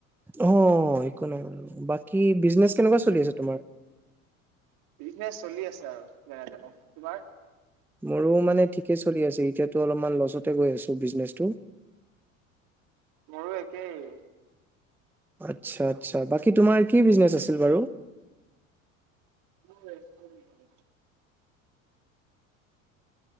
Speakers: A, in the centre; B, on the right.
A: অঁ একো নাই বাৰু বাকী বিজনেচ কেনেকোৱা চলি আছে তোমাৰ?
B: বিজনেছ চলি আছে আৰু যেনে তেনে তোমাৰ?
A: মোৰো মানে ঠিকে চলি আছে এতিয়াাতো অলপমান লছতে গৈ আছোঁ বিজনেচটো।
B: মোৰো একেই।
A: আচ্ছা আচ্ছা বাকী তোমাৰ কি বিজনেচ আছিল বাৰু?
B: মোৰ এটলিন পানী।